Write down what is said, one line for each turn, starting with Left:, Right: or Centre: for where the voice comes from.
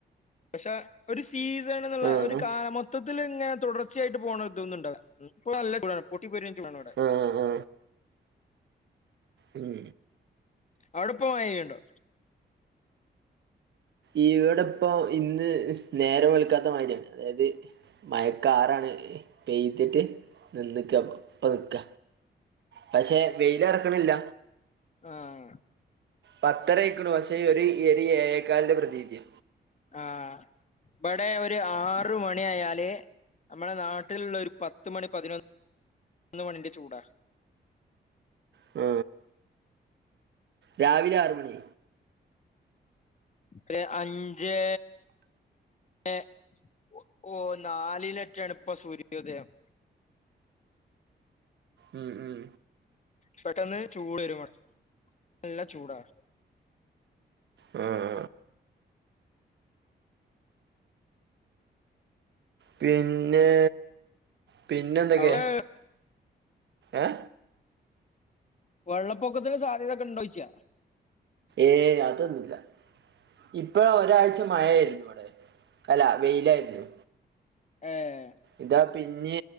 Left: പക്ഷ ഒരു സീസൺ എന്നുള്ള
Right: ആഹ്
Left: ഒരു കാല മൊത്തത്തി ഇങ്ങനെ തുടർ. കൊച്ചായിട്ട പോണ ഇതൊന്നണ്ടടെ. ഇപ്പ നല്ല ചൂടാണ് അവിടെ പൊട്ടി പൊരിഞ്ഞ ചൂടാണ് അവിടെ
Right: മ് മ് ഉം
Left: അവിടെ ഇപ്പോ മഴ പെയ്യുണ്ടോ
Right: ഇവിടെ ഇപ്പൊ ഇന്ന് നേരം വെളുക്കാത്ത മാതിരാണ് അതായത്. മയക്കാറാണ് പെയ്ത്തിട്ട് നിന്നക്ക ഇപ്പ നിൽക്ക. പക്ഷെ വെയില ഇറക്കിണില്ല.
Left: ആഹ
Right: പത്തരയക്കണു പക്ഷേ ഒരു ഒരു ഏഴേക്കാലിന്റെ പ്രതീതിയ.
Left: ആ് ഇവിടെ ഒരു ആറ മണി ആയാല് നമ്മള നാട്ടിലുള്ള ഒരു പത്ത് മണി പതിനൊന്ന് ഒന്ന മണിന്റെ ചൂടാ.
Right: ആ രാവിലെ ആറ് മണി
Left: ഒരു അഞ്ചേ ഏഹ ഓ നാലിലട്ടാണ് ഇപ്പ സൂര്യോദയം.
Right: ഉം ഉം
Left: പെട്ടെന്ന് ചൂട് വരും നല്ല ചൂടാ.
Right: ഉം പിന്നെ പിന്നെ എന്തൊക്കെയ
Left: അവിടെ
Right: ഏഹ.
Left: വെള്ളപ്പൊക്കത്തിന് സാധ്യതയൊക്കെ ഉണ്ടോച്ചാ.
Right: ഏയ് അതൊന്നുമില്ല ഇപ്പഴ ഒരാഴ്ച മഴയായിരുന്നു ഇവിടെ. അല്ല വെയിലായിരുന്നു.
Left: ആഹ
Right: ഇതാ പിന്നെ